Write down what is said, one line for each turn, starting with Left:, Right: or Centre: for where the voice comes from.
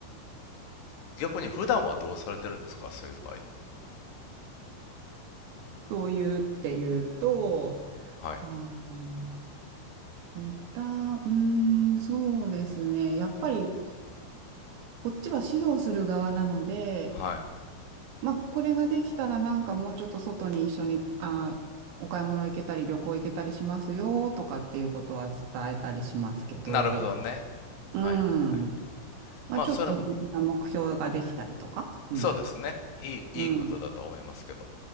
Left: 逆に普段はどうされてるんですかそういう場合。
Right: そういうっていうと、
Left: はい。
Right: あー、いた、うーん、そうですね。やっぱり、こっちは指導する側なので、
Left: はい。
Right: まあ、これができたらなんかもうちょっと外に一緒に、あー、お買い物行けたり、旅行行けたりしますよとかっていうことは伝えたりしますけど、
Left: なるほどね。はいはいはい。
Right: うん。まあ、
Left: まあ、
Right: ちょっと別な目標ができたりとか、
Left: それも、
Right: うん。
Left: そうですね。いい、いいことだと思いますけど。
Right: うん。